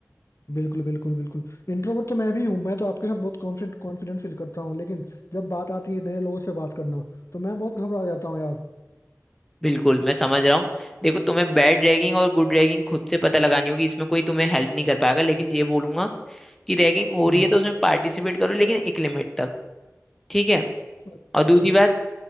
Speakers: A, on the left; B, in the centre.
A: बिल्कुल बिल्कुल बिल्कुल इंट्रोवर्ट तो मैं भी हूँ मैं तो आपके साथ बहुत कॉन्फिडेंट कॉन्फिडेंट फील करता हूँ लेकिन जब बात आती है नए लोगों से बात करना तो मैं बहुत घबरा जाता हूँ यार
B: बिल्कुल मैं समझ रहा हूँ देखो तुम्हें बैड रैगिंग और गुड रैगिंग खुद से पता लगानी होगी इसमें कोई तुम्हें हेल्प नहीं कर पाएगा लेकिन ये बोलूंगा कि रैगिंग हो
A: हम्म
B: रही है तो उसमें पार्टिसिपेट करो लेकिन एक लिमिट तक ठीक है
A: अच्छा
B: और दूसरी
A: अच्छा
B: बात